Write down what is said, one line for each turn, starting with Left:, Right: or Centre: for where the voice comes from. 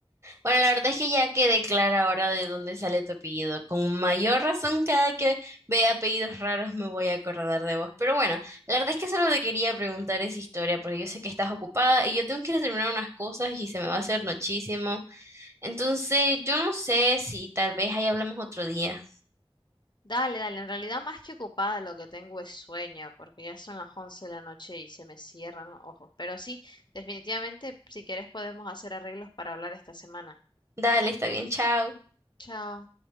Right: Bueno, la verdad es que ya quedé clara ahora de dónde sale tu apellido. Con mayor razón, cada que vea apellidos raros me voy a acordar de vos. Pero bueno, la verdad es que solo te quería preguntar esa historia, porque yo sé que estás ocupada y yo tengo que ir a terminar unas cosas y se me va a hacer muchísimo. Entonces, yo no sé si tal vez ahí hablamos otro día.
Left: Dale, dale, en realidad más que ocupada lo que tengo es sueño, porque ya son las 11 de la noche y se me cierran los ojos. Pero sí, definitivamente, si querés podemos hacer arreglos para hablar esta semana.
Right: Dale, está bien, chao.
Left: Chao.